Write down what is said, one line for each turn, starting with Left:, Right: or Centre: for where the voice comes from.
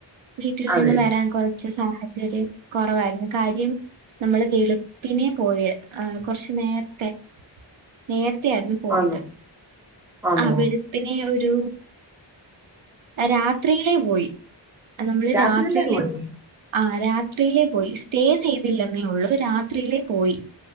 Right: വീട്ടിൽ
Centre: അതെ
Right: നിന്ന് വരാൻ കൊറച്ച് സാഹ ര് കൊറവായിരുന്നു കാര്യം നമ്മൾ വെളുപ്പിനെ പോയേ കൊറച്ചു നേരത്തെ നേ തെയായിരുന്നു പോയത്
Centre: ആന്നോ ആന്നോ
Right: ആ വെളുപ്പിനെ ഒരു രാത്രിയിലേ പോയി നമ്മള്
Centre: രാത്രിയല്ലേ
Right: രാത്രിയിലെ
Centre: പോയേ
Right: ആ രാത്രിയിലെ പോയി സ്റ്റേ ചെയ്തില്ലെന്നേ ഉള്ളൂ രാത്രിയിലെ പോയി